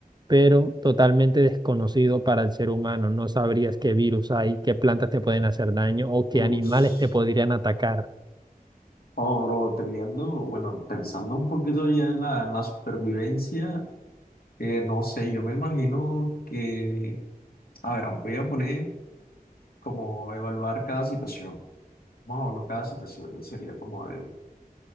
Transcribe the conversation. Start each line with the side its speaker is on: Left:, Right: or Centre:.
Right: pero totalmente desconocido para el ser humano. No sabrías qué virus hay, qué plantas te pueden hacer daño o qué
Left: pues,
Right: animales te podrían atacar.
Left: oh, bro, teniendo, bueno, pensando un poquito ya en la, en la supervivencia, eh, no sé, yo me imagino que, a ver, voy a poner como evaluar cada situación. Vamos a evaluar cada situación, ¿no? sería como de,